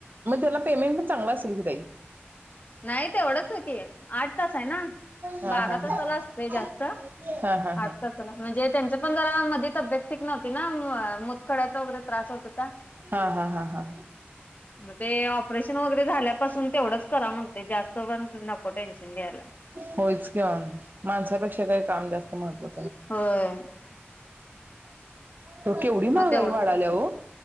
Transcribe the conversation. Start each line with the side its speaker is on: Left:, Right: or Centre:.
Right: मग त्याला पेमेंट पण चांगलं असेल की ताई?
Left: नाही तेवढंच आहे की. आठ तास आहे ना?
Right: हा
Left: बारा
Right: हा
Left: तासाला
Right: हा
Left: असतंय जास्त
Right: हा हा
Left: आठ तासाला म्हणजे त्यांच्या पण जरा मधी तब्येत नव्हतीना मु मुतखड्याचा वगैरे त्रास होत होता
Right: हा हा हा हा
Left: मग ते ऑपरेशन वैगरे झाल्यात. न तेवढंच करा म्ह जास्त वन <unintelligible> टेनशन घ्याला
Right: होयच की ओ माणसापेक्षा काही काम जास्त महत्वा
Left: होय.
Right: हो केवढी महागाई
Left: मग तेवढंच
Right: वाढाल्या
Left: करते.
Right: ओ.